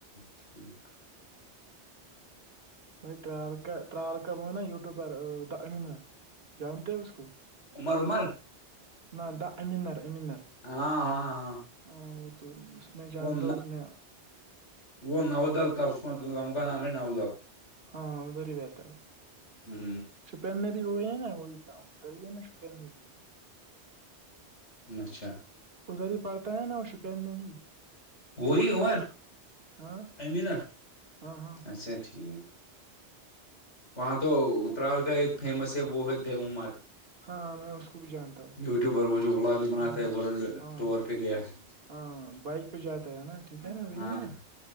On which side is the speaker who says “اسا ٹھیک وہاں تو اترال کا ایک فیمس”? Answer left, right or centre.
Left